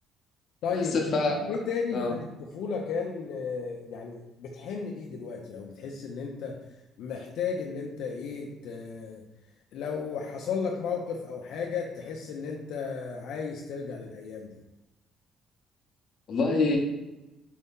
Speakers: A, on the left; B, on the left.
A: طيب
B: بس ف
A: ايه تاني
B: اه
A: في الطفولة كان آه، يعني بتحن ليه دلوقتي او بتحس ان انت محتاج ان انت ايه ت- لو حصل لك موقف او حاجة تحس ان انت عايز ترجع للايام دي
B: والله